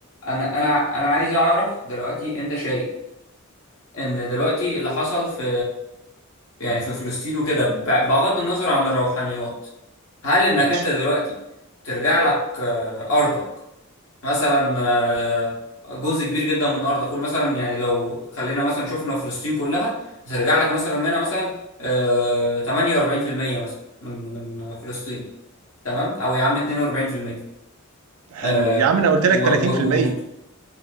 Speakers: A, on the left; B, on the right.
A: انا انا انا عايز اعرف دلوقتي انت شايف ان دلوقتي اللي حصل في يعني في فلسطين وكده ب- بغض النظر عن الروحانيات هل انك
B: ماشي
A: انت دلوقتي ترجع لك آه، ارضك مثلا آه، جزء كبير جدا من ارضك قول مثلا يعني لو خلينا مثلا شفنا فلسطين كلها هترجع لك مثلا منها مثلا آه، 48% مثلا من من فلسطين تمام او يا عم 42%
B: حلو
A: آه،
B: يا عم انا قلت لك
A: و-
B: 30%
A: و-